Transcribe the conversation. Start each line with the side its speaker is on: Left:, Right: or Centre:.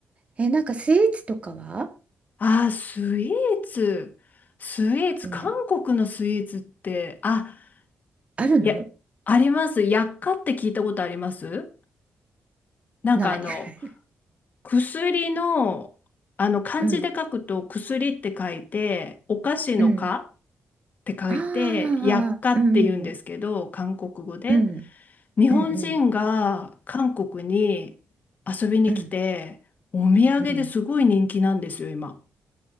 Right: え、なんかスイーツとかは
Left: あー、スイーツ。スイーツ、
Right: うん。
Left: 韓国のスイーツって、あ、
Right: あるの
Left: いや、あります。薬価って聞いたことありますなんかあの、
Right: ない。<laughs>
Left: 薬の、あの、漢字で書くと薬って書いて、
Right: うん。
Left: お菓子の菓っ
Right: うん。
Left: て書いて、
Right: ああ、
Left: 薬価って言うんですけど、
Right: うんうん
Left: 韓国語で。
Right: うん。
Left: 日本人が韓国に遊びに来て、
Right: うんうんうん。うん
Left: お土産ですごい人気なんですよ、
Right: うん
Left: 今。